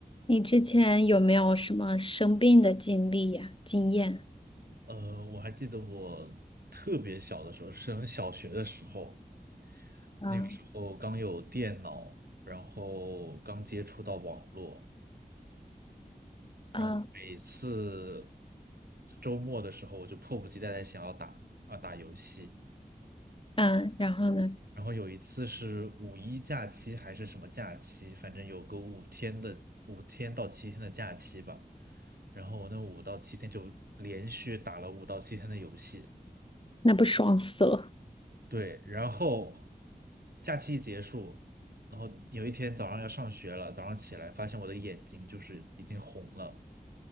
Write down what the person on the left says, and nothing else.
你之前有没有什么生病的经历呀、经验？
嗯
嗯
嗯，然后呢？
那不爽死了